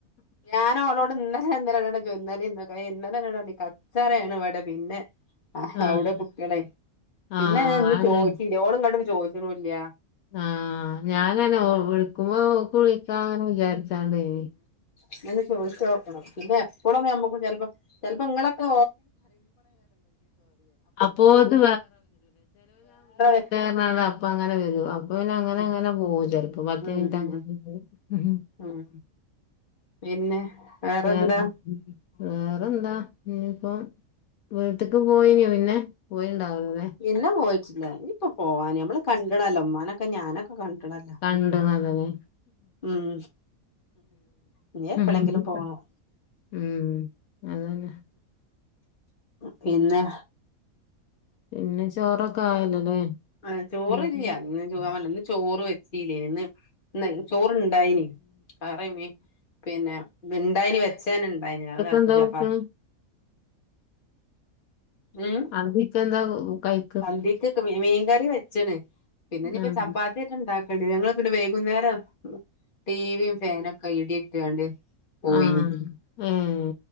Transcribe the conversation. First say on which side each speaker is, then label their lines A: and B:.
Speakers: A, on the left; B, on the left.
A: ഞാനോളോട് ഇന്നലെ ഇന്നലെരട്ടം ചോയ് ഇന്നലേം ഇന്നൊക്കെ ഏയ് ഇന്നലെന്നോട് പർഞ് കച്ചറേണ് ഇവടെ പിന്നെ
B: ആഹ്
A: അവടെ കുട്ട്യാളെ പിന്നതെ
B: ആഹ്
A: ഇന്ന്
B: അല്ല
A: ചോയ്ച്ചില്ല ഓള് ങ്ങട്ട് ചോയ്ച്ച്ണുല്ല
B: ആഹ് ഞാന അതെന്നെ വിളിക്കുമ്പോ ഓക്ക് വിളിക്കാങ്ങനെ വിചാരിച്ചാണ്ടേനി
A: അതൊന്ന് ചോയ്ച്ചോക്കണം പിന്നെ എപ്പളും ഞമ്മക്കും ചെൽപ്പം ചെൽപ്പം ഇങ്ങളൊക്കെ
B: അപ്പോത്ത്
A: <unintelligible> <unintelligible>
B: അ അതപ്പങ്ങനെ വെരും അപ്പ പിന്നെ അങ്ങനെ
A: ഉം
B: അങ്ങനെ പോകും ചെൽപ്പോ പത്ത്
A: ഉം
B: മിൻറ്റ്
A: ഉം
B: അങ്ങനെ പോം ഉം
A: ഉം പിന്നെ വേറെന്താ
B: വേറെ വേറെന്താ ഞ്ഞിപ്പം വീട്ട്ക്ക് പോയിനോ പിന്നെ പോയിണ്ടാവൂലലെ
A: പിന്നെ പോയിട്ടില്ല ഞ്ഞിപ്പൊ പോവാന് ഞമ്മള് കണ്ട്ണല്ലോ ഉമ്മാനൊക്കെ ഞാനൊക്കെ കണ്ട്ണല്ലോ
B: കണ്ട്ണല്ലോല്ലേ
A: ഉം ഞ്ഞി എപ്പളെങ്കിലും
B: ഉം
A: പോണം
B: ഉം അതെന്നെ
A: പിന്നെ
B: പിന്നെ ചോറൊക്കെ ആയല്ലോല്ലേ
A: ആ ചോറ്
B: ഇക്ക
A: ഇല്ലാ ഇന്ന് ഞാ പർഞ്ലെ ഇന്ന് ചോറ് വെ ച്ചീല്ലേന് ന്ന് ന്ന് ചോറ്ണ്ടായിന് <unintelligible> പിന്നെ ഇണ്ടായിന് വെച്ചതെന്നെ ണ്ടായിന് അത് തളപ്പിച്ചപ്പൊ
B: എന്താ കൊടുക്കണ്
A: ഉം
B: അന്തിക്കെന്താ കഴ്
A: അന്തിക്ക് മീൻകറി വെച്ച്ണ് പിന്നെ ഞ്ഞിപ്പ
B: ആഹ്
A: ചപ്പാ ത്യോക്കെ ഇണ്ടാക്കണ്ടി വെരും ഞങ്ങള് പിന്നെ വൈകുന്നേരം ടിവിയും ഫാനൊക്കെ ഇടിട്ടാണ്ട് പോയിനി
B: ആഹ് ഏഹ്